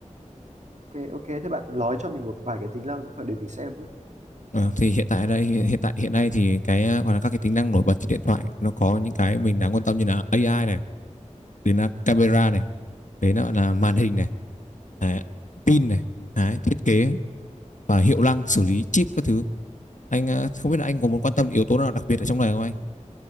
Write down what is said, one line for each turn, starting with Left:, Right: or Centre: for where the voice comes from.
Right: Ok ok thế bạn nói cho mình một vài cái tính năng phải để mình xem với.
Left: Ờ, thì hiện tại đây hiện tại hiện nay thì cái ờ, gọi là các cái tính năng nổi bật trên điện thoại nó có những cái mình đáng quan tâm như là AI này, đến là camera này, đến là, là màn hình này, đấy, pin này, đấy, thiết kế và hiệu năng xử lý chip các thứ anh ờ, không biết là anh có muốn quan tâm yếu tố nào đặc biệt ở trong này không anh